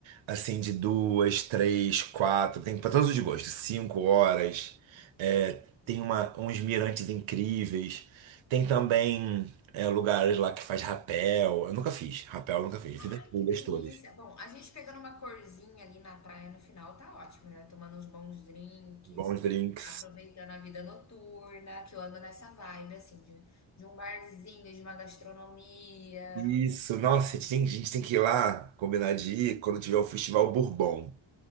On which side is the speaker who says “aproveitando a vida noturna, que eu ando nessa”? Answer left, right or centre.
Left